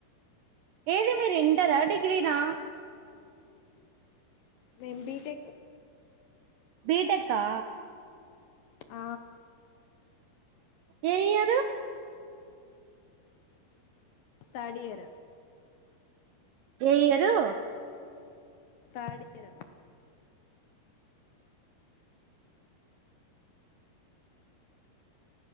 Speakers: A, on the right (about 80°); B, on the left (about 75°).
A: ఏది మీరు ఇంటర డిగ్రీనా
B: మేం బిటెక్
A: బీటక్ ఆ
B: ఆ
A: ఏ ఇయరు
B: థర్డ్ ఇయరు
A: ఏ ఇయరు
B: థర్డ్ ఇయరు